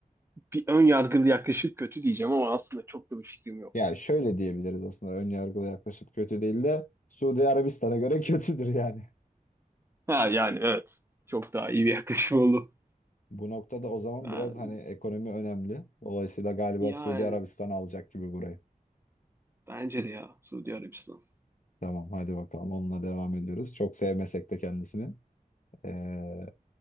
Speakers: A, on the right; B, on the left.
A: bir ön yargılı yaklaşım kötü diyeceğim ama aslında çok da bir fikrim yok.
B: Yani şöyle diyebiliriz aslında ön yargılı yaklaşıp kötü değil de Suudi Arabistan'a göre <laughs> kötüdür yani.
A: Ha yani evet. Çok daha iyi bir <laughs> yaklaşım oldu.
B: Bu noktada o zaman
A: Ben,
B: biraz hani ekonomi önemli. Dolayısıyla galiba
A: yani
B: Suudi Arabistan alacak gibi burayı.
A: bence de ya Suudi Arabistan.
B: Tamam hadi bakalım onunla devam ediyoruz. Çok sevmesek de kendisini. Ee,